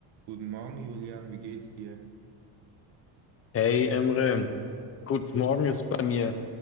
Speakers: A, on the right; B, on the left.
A: Guten Morgen, Julian, wie geht's dir?
B: Hey Emre, gut, morgen ist bei mir